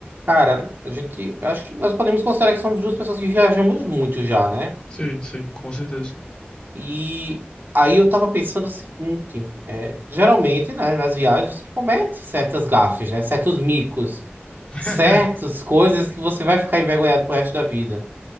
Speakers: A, on the right; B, on the left.
A: Cara, a gente, eu acho que nós podemos considerar que somos duas pessoas que viajamos muito já, né?
B: Sim, sim, com certeza.
A: E aí eu tava pensando o seguinte, é, geralmente, né, nas viagens você comete certas gafes, né, certos micos,
B: <laughs>
A: certas coisas que você vai ficar envergonhado pro resto da vida.